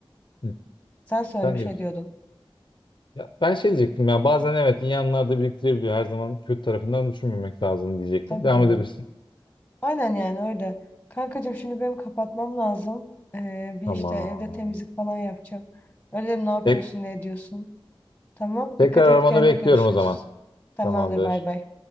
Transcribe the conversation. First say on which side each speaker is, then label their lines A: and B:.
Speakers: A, on the left; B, on the left.
A: Hı,
B: Sen söyle
A: sen
B: bir
A: de
B: şey
A: diyorsun.
B: diyordun.
A: Ya ben şey diyecektim ya bazen evet iyi anlar da biriktirebiliyor. Her zaman kötü tarafından düşünmemek lazım diyecektim.
B: Tabii
A: Devam
B: canım.
A: edebilirsin.
B: Aynen yani öyle. Kankacığım şimdi benim kapatmam lazım. Ee, bir
A: Tamam.
B: işte evde temizlik falan yapacağım. Öyle dedim ne yapıyorsun
A: Tek,
B: ne ediyorsun. Tamam.
A: tekrar
B: Dikkat et
A: aramanı
B: kendine
A: bekliyorum
B: görüşürüz.
A: o zaman.
B: Tamamdır
A: Tamamdır.
B: bay bay.